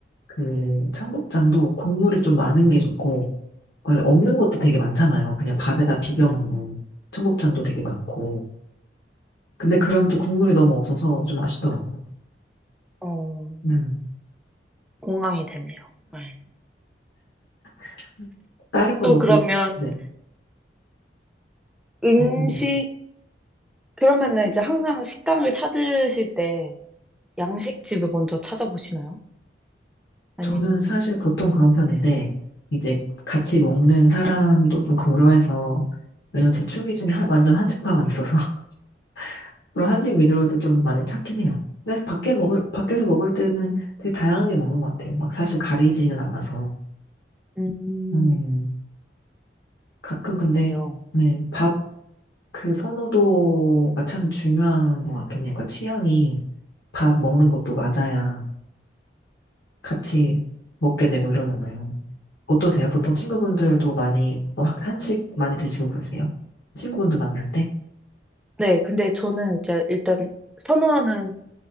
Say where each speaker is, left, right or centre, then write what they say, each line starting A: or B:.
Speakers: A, on the left; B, in the centre.
A: 그 청국장도 국물이 좀 많은 게 좋고, 원래 없는 것도 되게 많잖아요. 그냥 밥에다 비벼
B: 네.
A: 먹는 청국장도 되게 많고. 근데 그러면 좀 국물이 너무 없어서 좀 아쉽더라고요.
B: 어,
A: 음.
B: 공감이 되네요. 네.
A: <laughs> 다른 거
B: 또
A: 모두,
B: 그러면,
A: 네.
B: 음식,
A: 맞습니다.
B: 그러면은 이제 항상 식당을 찾으실 때 양식집을 먼저 찾아보시나요? 아니면,
A: 저는 사실 보통 그런 편인데,
B: 네.
A: 이제 같이 먹는 사람도 좀 고려해서, 왜냐면 제 충기 중에 한- 완전 한식파가 있어서, <laughs> 그런 한식 위주로도 좀 많이 찾긴 해요. 근데 밖에 먹을, 밖에서 먹을 때는 되게 다양하게 먹는 것 같아요. 막 사실 가리지는 않아서.
B: 음,
A: 음, 가끔 근데,
B: 요.
A: 네, 밥, 그 선호도가 참 중요한 것 같긴 해요. 그 취향이 밥 먹는 것도 맞아야 같이 먹게 되고 이러잖아요. 어떠세요?
B: 네.
A: 보통 친구분들도 많이 어, 한- 한식 많이 드시고 그러세요? 친구분들 만날 때?
B: 네, 근데 저는 이제 일단 선호하는